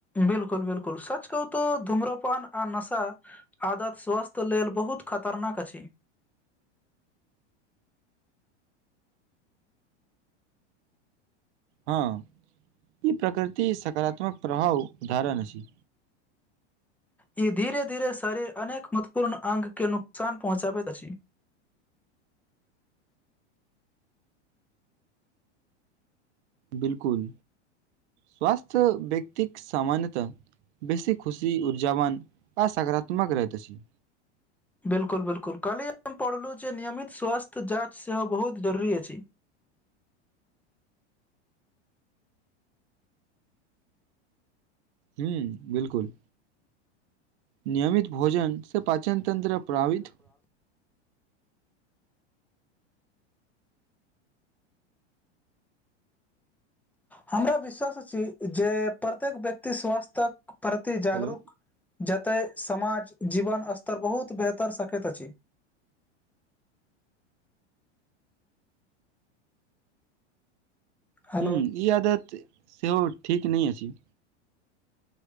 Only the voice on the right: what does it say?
हँ ई प्रकृति सकारात्मक प्रभाव उधारन अछि
बिलकुल स्वस्थ्य व्यक्ति सामान्यताः बेसी खुशी ऊर्जावान आ सकारात्मक रहैत अछि
जी बिलकुल नियमित भोजन से पाचन तत्र प्रात
हेलो
हू ई आदत सेहो ठीक नहि अ छै